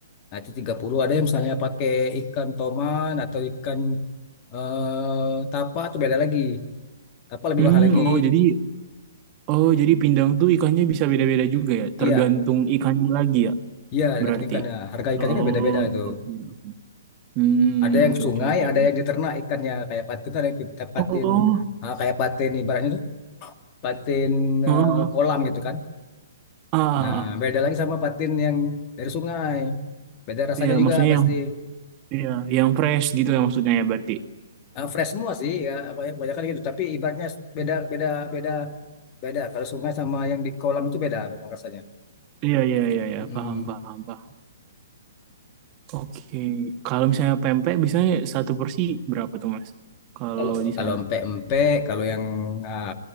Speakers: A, on the left; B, on the right.
A: nah, itu tiga puluh ada yang misalnya pakai ikan toman atau ikan eh tapa itu beda lagi. Tapa lebih
B: Hmm,
A: mahal lagi.
B: oh jadi oh jadi pindang tuh ikannya bisa beda-beda juga ya,
A: Iya,
B: tergantung ikannya lagi ya
A: iya tergantung
B: berarti.
A: ikannya. Harga ikannya
B: Oh,
A: kan beda-beda itu.
B: oke. Hmm,
A: Ada yang
B: oke
A: sungai,
B: oke oke.
A: ada yang diternak ikannya kayak patin, ada yang patin
B: Oh,
A: eh, kayak patin ibaratnya tuh patin
B: heeh.
A: eh, kolam gitu kan.
B: ah, ah,
A: Nah,
B: ah.
A: beda lagi sama patin yang dari sungai. Beda rasanya
B: iya
A: juga
B: maksudnya
A: pasti.
B: yang iya, yang fresh gitu ya maksudnya ya berarti.
A: Eh, fresh semua sih ya, kebanyakan gitu. Tapi ibaratnya beda beda beda beda. Kalau sungai sama yang di kolam itu beda memang rasanya.
B: Iya iya iya iya,
A: Mm-mm.
B: paham paham paham. Oke, kalau misalnya pempek biasanya satu porsi berapa tuh Mas? Kalau
A: Kalau
B: di
A: kalau
B: sana?
A: empek-empek, kalau yang ah,